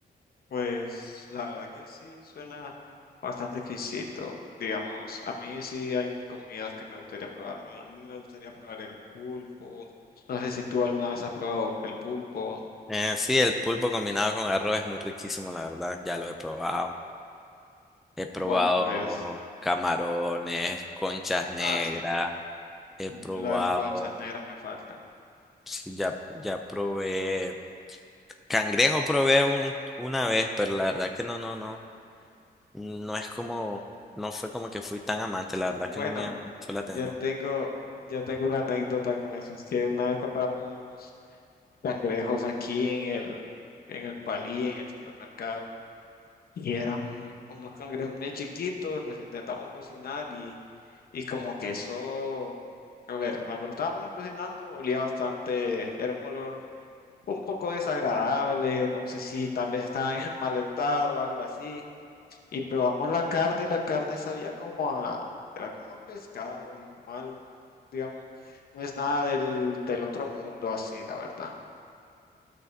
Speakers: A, on the left; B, in the centre.
A: Pues la verdad que sí suena bastante exquisito. Digamos, a mí sí hay comidas que me gustaría probar. Me, me gustaría probar el pulpo. No sé si tú alguna vez has probado el pulpo.
B: Eh, sí, el pulpo combinado con arroz es muy riquísimo, la verdad. Ya lo he probado. He probado
A: Bueno, pues,
B: camarones, conchas negras.
A: ah, sí, las
B: He probado,
A: las conchas negras me faltan.
B: sí, ya, ya probé. Cangrejo probé un- una vez, pero la verdad que no, no, no. No es como, no fue como que fui tan amante, la
A: Bueno,
B: verdad que no me llamó mucho la
A: yo
B: atención.
A: tengo, yo tengo una anécdota con eso. Es que una vez compramos cangrejos aquí en el, en el Palí, en el supermercado. Y eran unos cangrejos bien chiquitos, los intentamos cocinar y, y como que eso, a ver, cuando lo estábamos cocinando olía bastante, era un olor un poco desagradable, no sé si tal vez estaban en <laughs> mal estado o algo así. Y probamos la carne y la carne sabía como a, era como a pescado normal, digamos. No es nada del, del otro mundo así, la verdad.